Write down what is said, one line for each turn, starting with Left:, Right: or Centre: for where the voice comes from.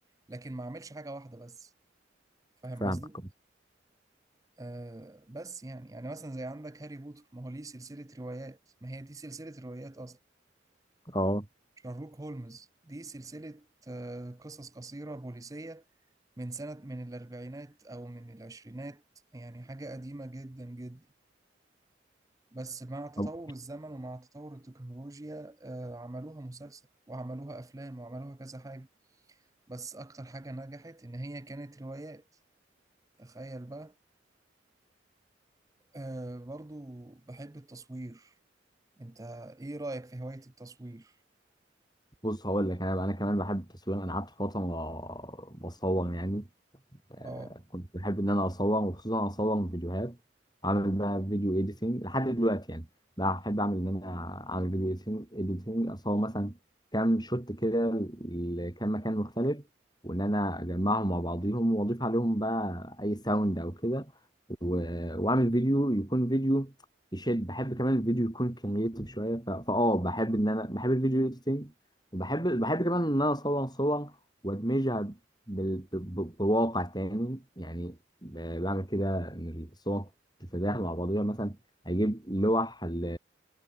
Right: لكن ما اعملش حاجه واحده بس فاهم
Left: فاهمك
Right: قصدي آه بس يعني يعني مثلا زي عندك هاري بوتر ما هو ليه سلسله روايات ما هي دي سلسله روايات اصلا
Left: اه
Right: شارلوك هولمز دي سلسله آه قصص قصيره بوليسيه من سنه من الاربعينات او من العشرينات يعني حاجه قديمه جدا جدا بس مع تطور
Left: طب
Right: الزمن ومع تطور التكنولوجيا آه، عملوها مسلسل وعملوها أفلام وعملوها كذا حاجة بس أكتر حاجة نجحت إن هي كانت روايات تخيل بقى آه، برضو بحب التصوير أنت إيه رأيك في هواية التصوير؟
Left: بص هقول لك انا انا كمان بحب التصوير انا قعدت فتره بصور يعني آه،
Right: آه
Left: كنت بحب ان انا اصور وخصوصا اصور فيديوهات اعمل بقى فيديو اديتنج لحد دلوقتي يعني بحب اعمل ان انا اعمل فيديو اديتنج اديتنج، اصور مثلا كام شوت كده لكام مكان مختلف وان انا اجمعهم مع بعضيهم واضيف عليهم بقى اي ساوند او كده و- واعمل فيديو يكون فيديو يشد بحب كمان الفيديو يكون كرييتيف شويه ف- فاه بحب ان انا بحب الفيديو اديتنج وبحب بحب كمان ان انا اصور صور وادمجها بال- ب- بواقع تاني يعني ب- بعمل كده ان الصور تتداخل مع بعضها مثلا اجيب لوح ل-